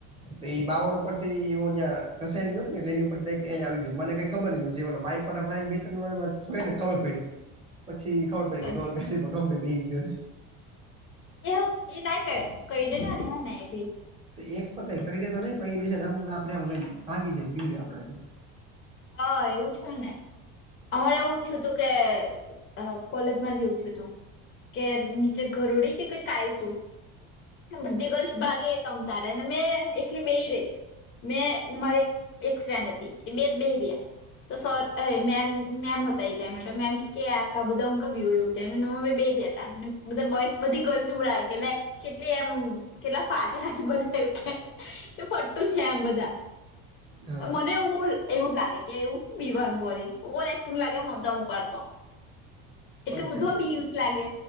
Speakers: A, on the right; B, on the left.
A: તો ઈ બાવળ ઉપર થી હું જ્યાં ખસે ન્યૂક એટલે એની ઉપરથી ડાયરેક એ આવી ગયો મને કઈ ખબર ની જે બાઈક વાળા ભાઈ બે ત્રણ વાર જુવેને ખબર પડી પછી ખબર પડી કે
B: અચ્છા
A: ડોલકાચીડો ખંભે બેહી ગયો છે.
B: એ એ ના કર કયડે ના ને હે ને એભી.
A: તો એક પર કંઈક કરડે તો નઈ પહીઁ બીજે તાહું આપણે ભાગી જઈએ બીવીએ આપણા થી.
B: હા, એવું છે ને. હા એવું થ્યું તું કે અ કોલેજમાં જ એવું થ્યું તું. કે નીચે ઘરોડી કે કંઈક આયુ તું. બધી ગર્લ્સ ભાગે તમ તારે અને મેં એખલી બેહી રેય. મેં ને મારી એક ફ્રેન્ડ હતી, એ બેજ બેહી રીયા. તો સર અરે, મેમ મેમ હતા એ ટાઇમે મેમ કેય કે આટલા બધા હું કામ બિવડાયવુ તેમે ન હવે મે બેહી રિયા. બધા બોઇસ બધી ગર્લ્સની ઉડાવે કે લે કેટલી એમ કેટલા ફાટેલા છે બધા. શું ફટ્ટું છે એમ બધા
A: હા
B: મને એવું બોલ એવું લાગે. કે એવું હું બીવાનું વરી? ઓવરેક્ટિંગ લાગે મને તો અમુક વાર તો. એટલો
A: પોઈન્ટ
B: બધો
A: છે
B: બીક લાગે?